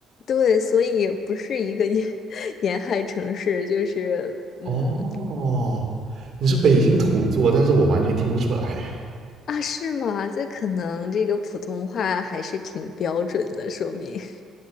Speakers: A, on the left (about 60°); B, on the right (about 55°).
A: 对，所以不是一个沿 <laughs> 沿海城市，就是嗯，
B: 哦，你是北京土著，但是我完全听不出来，
A: 啊，是吗？这可能这个普通话还是挺标准的，说明。